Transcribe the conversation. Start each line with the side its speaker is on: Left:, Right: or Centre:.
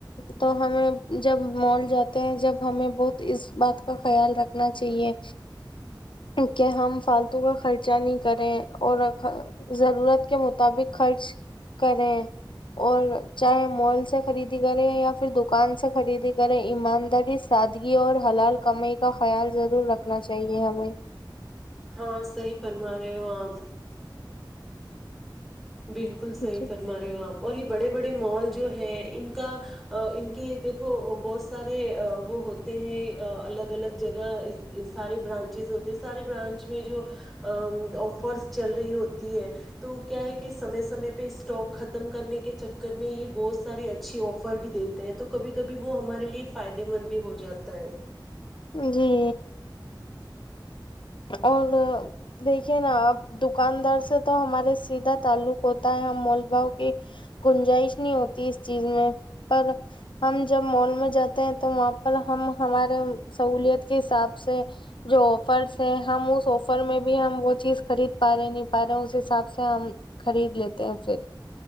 Left: تو ہمیں جب مال جاتے ہیں جب ہمیں بہت اس بات کا خیال رکھنا چاہیے کہ ہم فالتو کا خرچہ نہیں کریں اور ضرورت کے مطابق خرچ کریں اور چاہے مال سے خریدی کریں یا پھر دکان سے خریدی کریں ایمانداری سادگی اور حلال کم کا خیال ضرور رکھنا چاہیے ہمیں
Centre: ہاں صحیح فرما رہے ہو آپ بالکل صحیح
Left: جی
Centre: فرما رہے ہو آپ اور یہ بڑے بڑے مال جو ہیں ان کا ان کے دیکھو بہت سارے وہ ہوتے ہیں الگ الگ جگہ سارے برانچیز ہوتے ہیں سارے برانچ میں جو آفرس چل رہی ہوتی ہے تو کیا ہے کہ کہ سمے سمے پہ اسٹاک ختم کرنے کے چکر میں یہ بہت ساریے اچھیے آفر بھی دیتے ہیں تو کبھی کبھی وہ ہمارے لیے فائدے مند بھی ہو جاتا ہے
Left: جی اور دیکھیے نا آپ دکاندار سے سے تو ہمارے سیدھا تعلق ہوتا ہے ہم مال باؤ کی گنجائش نہیں ہوتی اس چیز میں پر ہم جب مال میں جاتے ہیں تو وہاں پر ہم ہمارے سہولت کے حساب سے جو آفرس سے ہم اسس آفر میں بھی ہم وہ چیز خرید پا رہے نہیں پا رہے اس حساب سے ہم خرید لیتے ہیں پھر